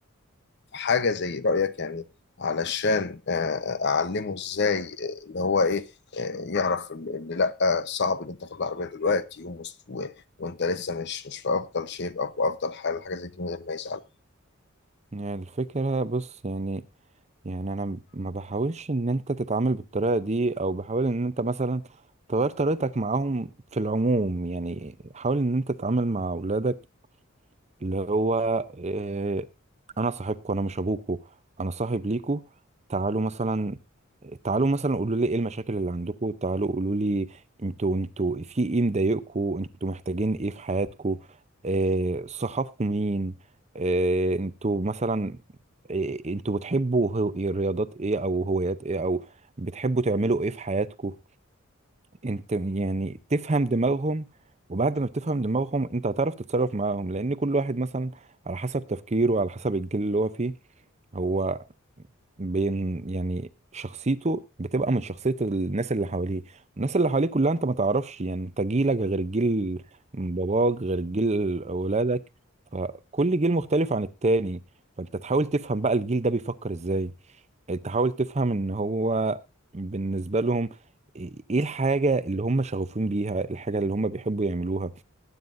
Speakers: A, on the left (about 55°); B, on the right (about 30°).
A: حاجة زي رأيك يعني علشان آه، أعلمه إزاي آه، اللي هو إيه آه، يعرف اللي لأ صعب إن أنت تاخد العربية دلوقتي ومست- و- وأنت لسه مش مش في أفضل شيب أو في أفضل حال حاجة زي دي من غير ما يزعل
B: يعني الفكرة بص يعني يعني انا ما بحاولش ان انت تتعامل بالطريقة دي او بحاول ان انت مثلا تغير طريقتك معاهم في العموم يعني حاول ان انت تتعامل مع اولادك اللي هو آه، انا صاحبكم انا مش ابوكم انا صاحب ليكم تعالوا مثلا تعالوا مثلا قولوا لي ايه المشاكل اللي عندكم تعالوا قولوا لي انتوا انتوا في ايه مضايقكم انتوا محتاجين ايه في حياتكم آه صحابكم مين آه انتوا مثلا آه انتوا بتحبوا هو- رياضات ايه او هوايات ايه او بتحبوا تعملوا ايه في حياتكم انت يعني تفهم دماغهم وبعد ما بتفهم دماغهم انت هتعرف تتصرف معاهم لان كل واحد مثلا على حسب تفكيره وعلى حسب الجيل اللي هو فيه هو بين يعني شخصيته بتبقى من شخصية الناس اللي حواليه الناس اللي حواليه كلها انت ما تعرفش يعني انت جيلك غير جيل باباك غير جيل اولادك فكل جيل مختلف عن التاني فانت تحاول تفهم بقى الجيل ده بيفكر ازاي تحاول تفهم ان هو بالنسبة لهم ايه الحاجة اللي هم شغوفين بيها الحاجة اللي هم بيحبوا يعملوها